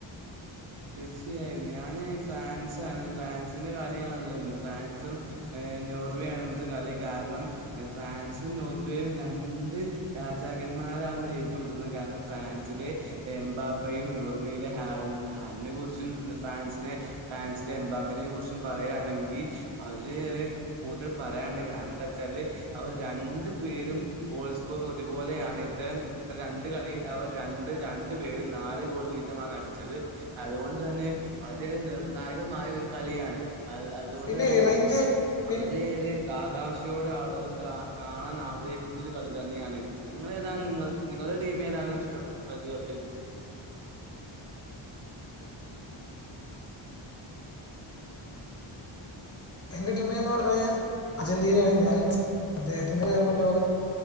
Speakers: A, on the right (about 70°); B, on the left (about 30°).
A: തീർച്ചയായും ഞാന് ഫ്രാൻസാണ് ഫ്രാൻസിന്റെ കളി ആണല്ലോ ഇന്ന് ഫ്രാൻസും... ഏ നോർവേ ആണ് ഇന്നത്തെ കളി. കാരണം ഫ്രാൻസും നോർവേയും രണ്ട്.. രാജാക്കന്മാരാണ് ഏറ്റുമുട്ടുന്നത്. കാരണം ഫ്രാൻസിലെ എംബാപ്പയും നോർവേയിലെ ഹാളൻറും അതിനെ കുറിച്ചും എന്താ ഫ്രാൻസിനെ ഫ്രാൻസിലെ എംമ്പാപ്പെനെ കുറിച്ചും പറയാണെങ്കി അത് ഏറെ കൂട്തൽ പറയാണ്ട് കാരണന്താച്ചാല് അവർ രണ്ടു പേരും ഗോൾസ്കോർ ഒരു പോലെയാണ് ഇത്തരം രണ്ട് കളിയിൽ അവർ രണ്ട് രണ്ട് പേരും നാല് ഗോൾ വീ തമാണ് അടിച്ചത് അതുകൊണ്ട് തന്നെ വളരെ നിർണായകമായ ഒരു കളിയാണ് അത് അത് അതുകൊണ്ട്
B: പിന്നെ
A: തന്നെ
B: റേഞ്ച്
A: വളരെയേറെ
B: പിന്നെ
A: കാകാംക്ഷയോടെ ആളുകള് കാ കാണാൻ ആഗ്രഹിക്കുന്ന ഒരു കളി തന്നെയാണിത് നിങ്ങളേതാണ് നിങ്ങൾക്ക്‌ നിങ്ങളുടെ ടീം ഏതാണ് മിഷ് കോ വേൾഡ് കപ്പിൽ
B: എന്റെ ടിമെന്ന് പറഞ്ഞയ് ഞ്ഞാൽ അർജന്റീനയാണ് ഞാന് മെസ്സി അദ്ദേഹത്തിന്റെ വേമ്പർ ലോക